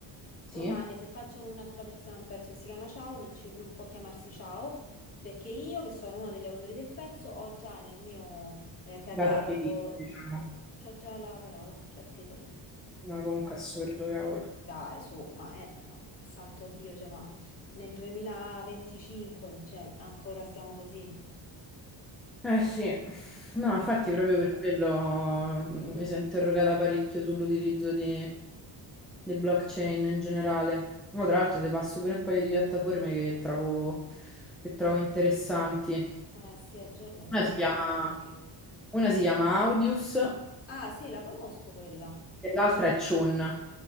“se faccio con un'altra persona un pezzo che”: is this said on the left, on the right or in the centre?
Left